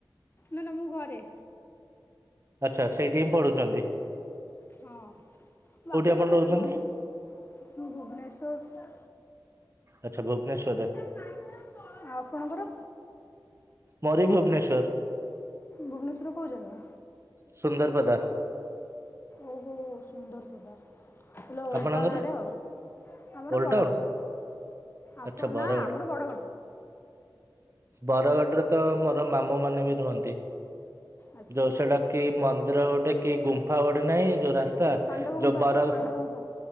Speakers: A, on the left; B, on the right.
A: ନା ନା ମୁଁ ଘରେ।
B: ଆଚ୍ଛା ସେଇଠି ହିଁ ପଢୁଚନ୍ତି।
A: ହଁ ବାପା
B: ଆପଣ
A: ମତେ
B: ରହୁଛନ୍ତି?
A: ଏରା ମନ୍ ମୁଁ ଭୁବନେଶ୍ୱର
B: ଆଚ୍ଛା ଭୁବନେଶ୍ୱରରେ।
A: ଆଉ ଆପଣଙ୍କର?
B: ମୋର ବି ଭୁବନେଶ୍ୱର।
A: ଭୁବନେଶ୍ୱରର କୋଉ ଜାଗା?
B: ସୁନ୍ଦରପଦା।
A: ଓହୋ ସୁନ୍ଦରପଦା। ହେଲା ଓଲଡ୍
B: ଆପଣଙ୍କର
A: ଟାଉନ୍ ଆଡେ ଆଉ ଆମର
B: ଓଲଟାଉନ
A: ବଡଗଡ। ଆପଣ୍
B: ଆଚ୍ଛା ବରଗଡ଼।
A: ନା ଆମର ବଡଗଡ।
B: ବରଗଡରେ ତ ମୋର ମାମୁଁମାନେ ବି ରୁହନ୍ତି
A: ଆଚ୍ଛା
B: ଯୋଉ ସେଟା କି ମନ୍ଦିର ଗୋଟେ କି ଗୁମ୍ଫା ଗୋଟେ ନାହିଁ ଯୋଉ ରାସ୍ତା
A: ପାଣ୍ଡବ ଗୁମ୍ଫା
B: ଯୋଉ ବର
A: ପାଣ୍ଡବ ଗୁମ୍ଫା